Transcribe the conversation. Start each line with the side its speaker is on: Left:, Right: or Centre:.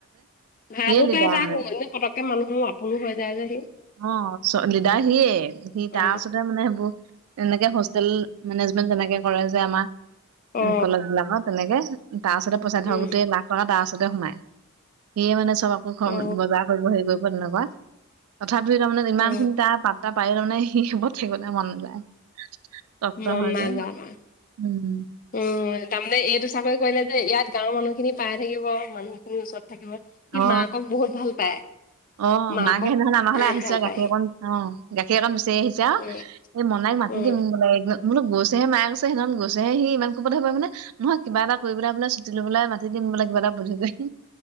Left: ভালো
Right: সিয়ে লিডাৰ
Left: পায় তাক
Right: মানে
Left: পতককে মানুহৰো আপোন হৈ যায় যে সি
Right: অ চ লিডাৰ সিয়ে সি তাৰ
Left: অ
Right: ওচৰত মানে সেইবোৰ এনেকে হোষ্টেল মেনেজমেন্ট তেনেকে কৰে যে আমাৰ
Left: অ
Right: কলেজ বিলাকৰ তেনেকে তাৰ ওচৰতে পইচা থয়
Left: উম
Right: গোটেই লাখ কৰা তাৰ ওচৰতে সোমাই সিয়ে মানে চব আকৌ খম
Left: অ
Right: বজাৰ কৰিব হেৰি কৰিব তেনেকুৱা। তথাপিও তাৰমানে ইমান
Left: অ
Right: খিনি তাৰ পাতা পাইও তাৰমানে সি সেইবোৰত থাকিবলৈ মন নাযায়। তপ্ত
Left: মন
Right: হয়
Left: নাজানা
Right: যে উম
Left: উম তাৰমানে এইটো চাকৰি কৰিলে ইয়াত গাঁওৰ মানুহ খিনি পাই থাকিব মানুহ খিনিৰ ওচৰত থাকিব সি
Right: অ
Left: মাকক বহুত ভাল পায়।
Right: অ
Left: মাকক
Right: মাকে সেইদিনাখন আমাৰ ঘৰলে
Left: বহুত
Right: আহিছে
Left: ভাল পায়
Right: গাখীৰ
Left: সি
Right: অকণ অ গাখীৰ অকন বিচাৰি আহিছে অ
Left: উম
Right: এই মনাইক মাতি
Left: উম
Right: দিম বোলে মই বোলোঁ গৈছেহে মায়ে গৈছে সেইনাখন গছেহে সি ইমান খো পথা পায় মানে নহয় কিবা এটা কৰি পেলাই বোলে চুটি লব বোলে মাতি দিম বোলে কিবা এটা বুধি কৰি